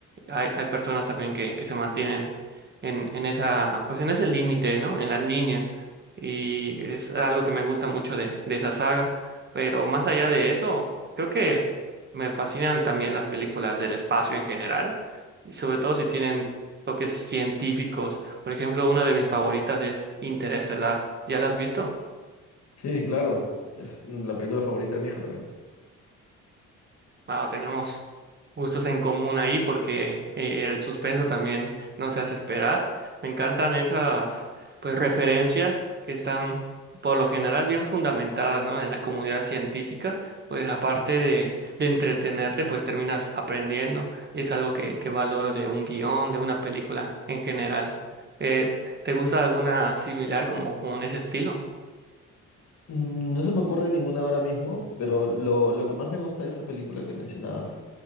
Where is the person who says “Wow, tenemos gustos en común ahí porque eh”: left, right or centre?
Right